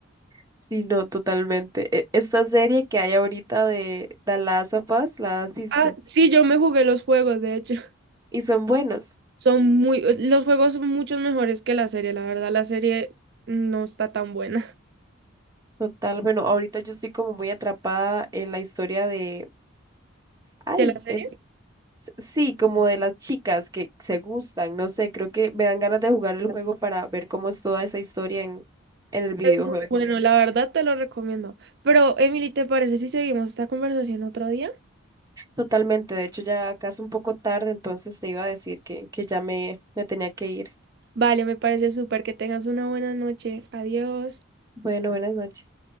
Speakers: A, on the right (about 15°); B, on the right (about 55°).
A: Sí, no, totalmente. E- Esta serie que hay ahorita de The Last of Us, ¿la has visto?
B: Ah, sí, yo me jugué los juegos, de hecho.
A: Y son buenos,
B: Son muy, los juegos son muchos mejores que la serie, la verdad, la serie no está tan buena.
A: total. Bueno, ahorita yo estoy como muy atrapada en la historia de,
B: <laughs>
A: ay,
B: ¿De la serie?
A: es S- Sí, como de las chicas que se gustan, no sé, creo que me dan ganas de jugar el juego para ver cómo es toda esa historia en, en el videojuego.
B: Es muy bueno, la verdad te lo recomiendo. Pero, Emily, ¿te parece si seguimos esta conversación otro día?
A: Totalmente, de hecho ya acá es un poco tarde, entonces te iba a decir que, que ya me, me tenía que ir.
B: Vale, me parece súper que tengas una buena noche. Adiós.
A: Bueno, buenas noches.